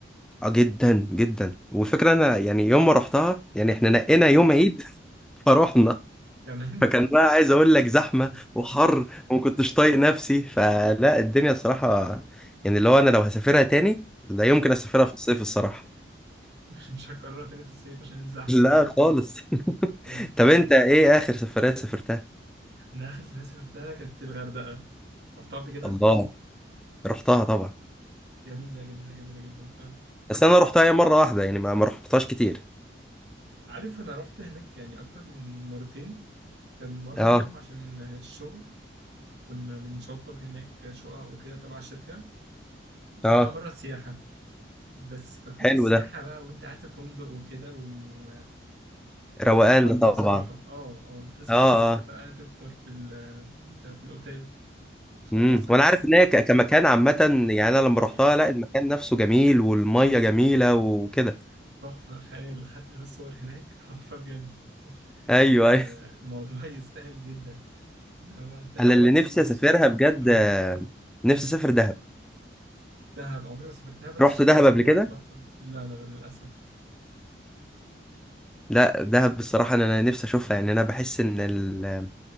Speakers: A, in the centre; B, on the right.
A: اه جدا جدا والفكرة انا يعني يوم ما رحتها يعني احنا نقينا
B: اه
A: يوم عيد <laughs> فروحنا
B: كمان
A: فكان بقى عايز اقول لك زحمة
B: <laughs>
A: وحر وما كنتش طايق نفسي فلا الدنيا الصراحة يعني اللي هو انا لو هسافرها تاني لا يمكن
B: آه.
A: اسافرها في الصيف الصراحة
B: مش مش هكررها تاني في الصيف عشان الزحمة
A: لا
B: بقى وكده
A: خالص <laughs>
B: اه
A: طب انت ايه اخر سفرية سافرتها
B: أنا آخر سفرية سافرتها كانت الغردقة رحتها قبل كده؟
A: الله رحتها طبعا
B: جميلة جميلة جميلة جدا فعلا
A: بس انا رحتها هي مره واحده يعني ما ما رحتهاش كتير
B: عارف أنا رحت هناك يعني أكتر من مرتين كان مرة
A: اه
B: منهم عشان الشغل كنا بنشطب هناك شقق وكده تبع الشركة رحتها
A: اه
B: مرة سياحة بس في حوار
A: حلو
B: السياحة
A: ده
B: بقى وانت قاعد في فندق وكده والأجواء
A: روقان
B: تحفة
A: ده طبعا
B: بصراحة اه اه تصحى
A: اه
B: الصبح
A: اه
B: بقى تفطر في ال في, ال في الأوتيل تخلص
A: امم
B: تطلع
A: وانا عارف
B: على
A: ان
B: البحر
A: هي ك- كمكان عامه
B: اه
A: يعني انا لما
B: جميلة
A: رحتها لا المكان نفسه جميل والميه جميله وكده
B: تحفة خيال خدت شوية صور هناك <laughs> تحفة بجد
A: ايوه
B: فالموضوع
A: ايوه
B: يستاهل جدا ان هو انت اليوم
A: <laughs> انا اللي
B: كله
A: نفسي اسافرها
B: اصلا
A: بجد
B: اه
A: آه، نفسي
B: مم.
A: اسافر دهب
B: دهب عمري ما سافرتها بس
A: رحت
B: شايف
A: دهب
B: اجواء
A: قبل كده
B: تحفه لا لا لا للاسف
A: لا دهب بصراحه انا أنا نفسي اشوفها يعني انا بحس ان ال...